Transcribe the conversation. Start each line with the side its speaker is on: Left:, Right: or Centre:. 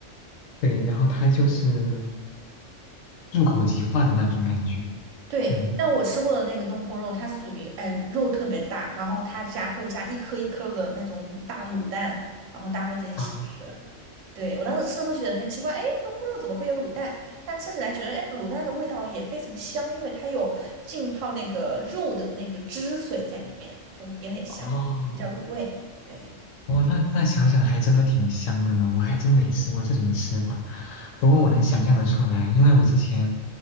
Left: 对，然后它就是入口即化的那种感觉，
Right: 对，
Left: 嗯
Right: 但我吃过的那个东坡肉，它是属于哎肉特别大，然后它加会加一颗一颗的那种大卤蛋，然后搭配在一起吃。
Left: 啊
Right: 对，我当时吃的时候觉得很奇怪，哎，东坡肉怎么会有卤蛋？但吃起来觉得，哎，卤蛋的味道也非常香，因为它有浸泡那个肉的那个汁水在里面，就也很香，
Left: 哦
Right: 比较入味。对。
Left: 哦，那那想想还真的挺香的呢，我还真没吃过这种吃法。不过我能想象得出来，因为我之前，